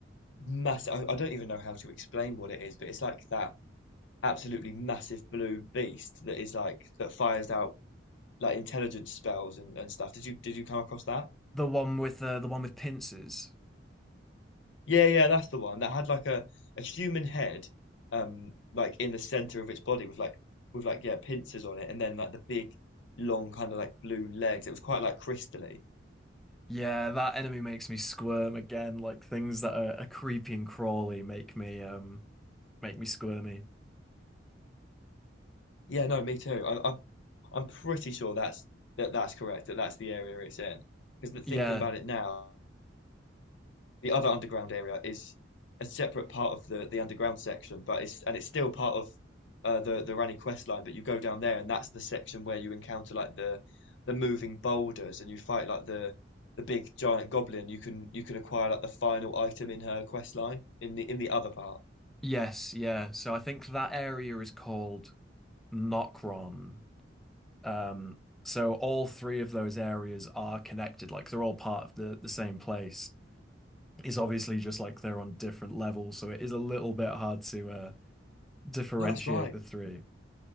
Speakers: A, on the left; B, in the centre.
A: massive I, I don't even know how to explain what it is, but it's like that absolutely massive blue beast that is like that fires out like intelligence spells and, and stuff. Did you did you come across that?
B: The one with uh, the one with pincers.
A: Yeah, yeah, that's the one that had like a, a human head, um, like in the center of its body with like with like yeah pincers on it, and then like the big long kind of like blue legs. It was quite like crystally.
B: Yeah, that enemy makes me squirm again, like things that are, are creepy and crawly make me um make me squirmy.
A: Yeah, no, me too. I, I'm I'm pretty sure that's that that's correct. That that's the area it's in. Because
B: Yeah.
A: thinking about it now. the other underground area is a separate part of the the underground section, but it's and it's still part of uh, the the Rani quest line. But you go down there, and that's the section where you encounter like the the moving boulders, and you fight like the the big giant goblin. You can you can acquire like the final item in her quest line in the in the other part.
B: Yes, yeah. So I think that area is called Nokron. Um, so all three of those areas are connected, like they're all part of the the same place. It's obviously just like they're on different levels, so it is a little bit hard to uh differentiate
A: Oh, that's right.
B: the three.